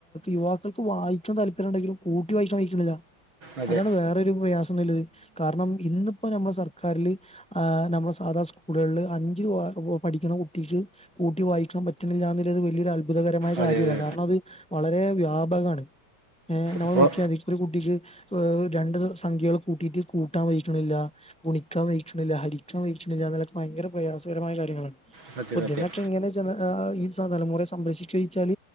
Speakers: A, in the centre; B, on the right (about 60°).
A: യുവാക്കൾക്ക് വായിക്കാ താല്പര്യം ഉണ്ടെങ്കിലും കൂട്ടി വായിക്കണം വായിക്കുന്നില്ല
B: അതെ
A: അതാണ് വേറരു പ്രയാസം നല്ലത് കാരണം ഇന്ന് ഇപ്പ നമ്മുടെ സർക്കാരിൽ നമ്മുടെ സാധാണ സ്കൂളുകളില് അഞ്ച് ആറു പഠിക്കുന്ന കുട്ടിക്ക് കൂട്ടിവാ യിക്കൻ പറ്റുന്നില്ല വലിയ കാര്യല്ല
B: അതെ അതെ
A: കാരണം അത് വളരെ വ്യാപകമാണ് ഏ നമ്മൾ
B: ഇപ്പോൾ
A: നോക്കിയൽ അ ഒരു കുട്ടിക്ക് ഹ് രണ്ട് സംഖ്യകൾ കൂട്ടിയിട്ട് കൂട്ടാൻ കഴിയുന്നില്ല ഗുണിക്കാൻ കഴിയുന്നില്ല ഹരിക്കാൻ കഴിയുന്നില്ല തലക്ക് ഭയര പ്രയാസകരമായ കാര്യങ്ങളാണ്
B: സത്യം
A: ഇതിനൊക്കെ
B: സത്യം
A: ഇങ്ങനെ ജനഹ ഈ സാല മുരെ സംഭ്രിച്ചിക്ക ചെയ്യിച്ചാൽ